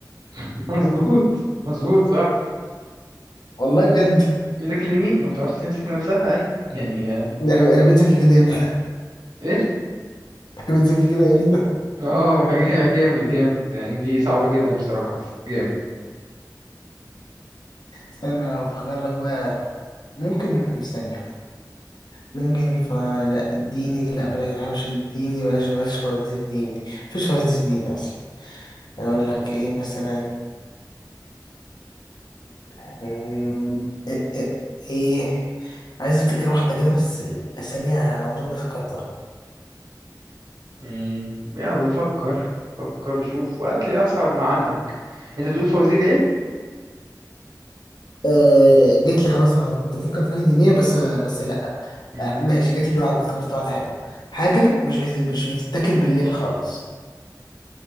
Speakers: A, on the right (about 70°); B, on the left (about 75°).
A: <laughs> مظبوط مظبوط صح
B: والله بجد
A: ايدك اليمين ما بتعرفش تمسك نفسها اي يعني آه
B: ده انا انا بقيت ذكي كده امتى؟ <laughs>
A: ايه
B: أنا بقيت ذكي كده امتى؟
A: اه <laughs> ما هي جامد جامد يعني دي صعبة جدا بصراحة بس جامد
B: استنى افكر لك بقى ممكن ثانية ممكن فلا ديني لا بلاش بحبش الديني بلاش بلاش فوازير ديني مفيش فوازير ديني اصلا اقول لك ايه مثلا مم، ايه, إيه, إيه. عايز افتكر واحده كده بس ثانيه انا اظن فكرتها
A: مم. يلا فكر فكر شوف وقت لي اصعب ما عندك انت بتقول فوازير ايه
B: أه جات لي خلاص واحده كنت بفكر في حاجه دينيه بس بس لا
A: مم.
B: أه ماشي جات لي واحده افتكرت واحده حلوه حاجه مش بت- مش بتتاكل بالليل خالص